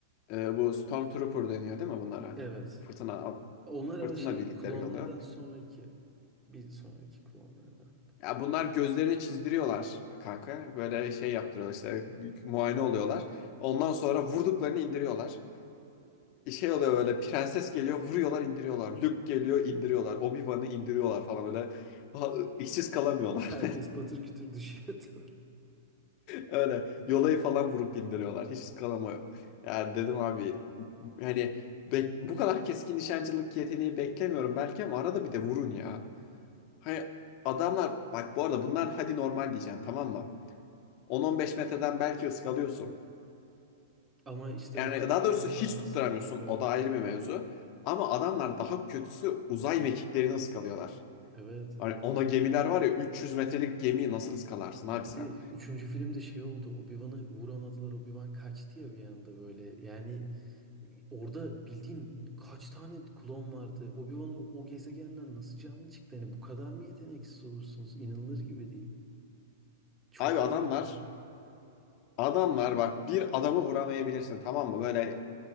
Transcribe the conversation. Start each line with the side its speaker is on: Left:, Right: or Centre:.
Left: E, bu Stormtrooper deniyor değil mi bunlara?
Right: Evet.
Left: Fırtına
Right: Onlar
Left: fırtına
Right: ama şey
Left: birlikleri
Right: klonlardan
Left: oluyor.
Right: sonraki bir sonraki klonlardan.
Left: Ya bunlar gözlerini çizdiriyorlar kanka. Böyle şey yaptırıyorlar işte muayene oluyorlar. Ondan sonra vurduklarını indiriyorlar. şey oluyor böyle prenses geliyor vuruyorlar indiriyorlar. Luke geliyor indiriyorlar. Obi-Wan'ı indiriyorlar falan böyle. Ha, Hiçsiz kalamıyorlar.
Right: Herkes
Left: <laughs>
Right: patır kütür düşüyordu. <laughs>
Left: Öyle yola'yı falan vurup indiriyorlar. Hiçsiz kalamıyorum. Yani dedim abi hani bek- bu kadar keskin nişancılık yeteneği beklemiyorum belki ama arada bir de vurun ya. Hani adamlar bak bu arada bunlar hadi normal diyeceksin tamam mı? 10-15 metreden belki ıskalıyorsun.
Right: Ama işte
Left: Yani
Right: o kadar
Left: daha
Right: yakından
Left: doğrusu hiç
Right: nasıl
Left: tutturamıyorsun.
Right: değil mi? Evet.
Left: O da ayrı bir mevzu. Ama adamlar daha kötüsü uzay mekiklerini ıskalıyorlar.
Right: Evet
Left: Hani
Right: evet.
Left: ona gemiler var ya 300 metrelik gemiyi nasıl ıskalarsın abi
Right: Bir
Left: sen?
Right: de üçüncü filmde şey oldu. Obi-Wan'ı vuramadılar. Obi-Wan kaçtı ya bir anda böyle. Yani Orada bildiğin kaç tane klon vardı? Obi-Wan o, o gezegenden nasıl canlı çıktı? Yani bu kadar mı yeteneksiz olursunuz? İnanılır gibi değil. Çok
Left: Abi
Right: komikti
Left: adamlar
Right: ya.
Left: adamlar bak bir adamı vuramayabilirsin tamam mı? Böyle